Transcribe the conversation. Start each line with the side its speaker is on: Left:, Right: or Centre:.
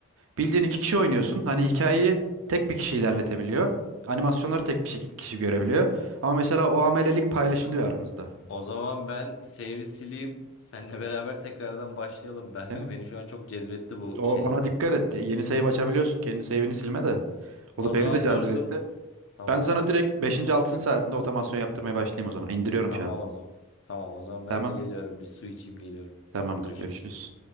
Right: Bildiğin iki kişi oynuyorsun. Hani hikayeyi tek bir kişi ilerletebiliyor. Animasyonları tek bir şi- kişi görebiliyor. Ama mesela o amelelik paylaşılıyor aramızda.
Left: O zaman ben save'i sileyim. Seninle beraber tekrardan başlayalım. Ben
Right: Değil mi?
Left: <laughs> beni şu an çok cezbetti bu
Right: O,
Left: şey.
Right: ona dikkat et. Yeni save açabiliyorsun. Kendi save'ini silme de. O
Left: O
Right: da
Left: zaman
Right: beni de cazibetti.
Left: dursun. Tamam.
Right: Ben sana direkt beşinci 6. saatinde otomasyon yaptırmaya başlayayım o zaman. İndiriyorum
Left: Tamam
Right: şu an.
Left: o zaman. Tamam o zaman ben
Right: Tamam.
Left: de geliyorum. Bir su içeyim geliyorum.
Right: Tamamdır.
Left: Görüşürüz.
Right: Görüşürüz.